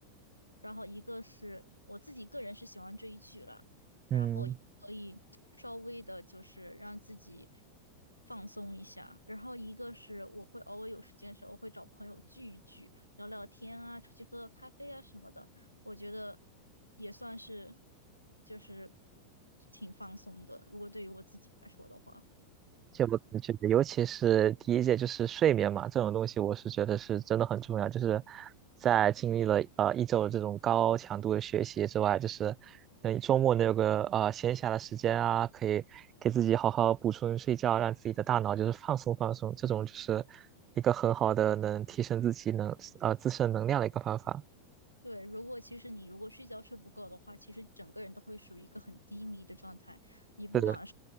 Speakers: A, on the left (about 85°); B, on the right (about 30°).
A: 然后一个是我自己个人是喜欢追剧了，
B: 嗯，
A: 然后也可以稍微的就是让自己放松一下，然后一个是我会偶尔有时间的时候会找朋友聚一聚，聊聊天啊，出去喝个咖啡啊什么的，我觉得也算是就是挺放松的，如果对于我自己来说的话。
B: 这我感觉，尤其是第一届，就是睡眠嘛，这种东西，我是觉得是真的很重要。就是在经历了呃一周的这种高强度的学习之外，就是等你周末能有个呃闲暇的时间啊，可以给自己好好补充睡觉，让自己的大脑就是放松放松，这种就是一个很好的能提升自己能呃自身能量的一个方法。
A: 对，如果其实你如果睡觉睡不够的话，其实整个人都会属于一个很低迷的状态。你不管是
B: 对的，